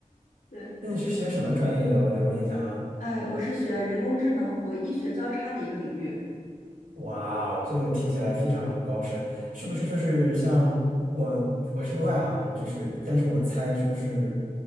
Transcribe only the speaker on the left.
对，
哎，我是学人工智能和医学交叉的一个领域。